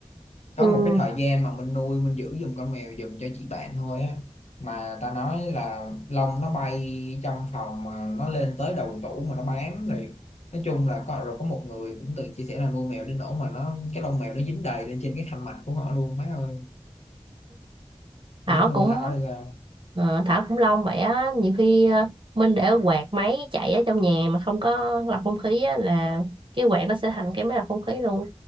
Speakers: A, on the left (about 85°); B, on the right (about 50°).
A: có
B: ừ,
A: một cái thời gian mà mình nuôi mình giữ giùm con mèo giùm cho chị bạn thôi á mà ta nói là lông nó bay trong phòng mà nó lên tới đầu tủ mà nó bám thì nói chung là có rồi có một người cũng tự chia sẻ là nuôi mèo đến nỗi mà nó cái lông mèo nó dính đầy lên trên cái khăn mạch của họ luôn má ơi biết
B: Thảo
A: nuôi
B: cũng
A: thảo hay sao
B: ờ, Thảo cũng long vậy á nhiều khi ờ, Minh để quạt máy chạy ở trong nhà mà không có lọc không khí á là cái quạt nó sẽ thành cái máy lọc không khí luôn